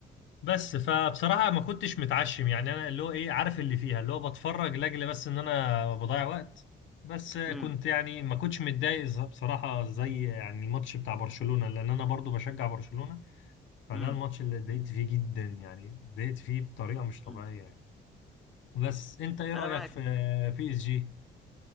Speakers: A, on the left; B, in the centre.
A: بس فبصراحه ما كنتش متعشم يعني انا اللي هو ايه عارف اللي فيها اللي هو بتفرج لاجل بس ان انا بضيع وقت بس كنت
B: امم
A: يعني ما كنتش متضايق ز- بصراحه زي يعني الماتش بتاع برشلونه لان انا برضو بشجع برشلونه فده
B: امم
A: الماتش اللي اتضايقت فيه جدا يعني اتضايقت فيه بطريقه مش طبيعيه
B: أمم.
A: يعني بس انت ايه رأيك
B: انا معاك
A: في بي اس جي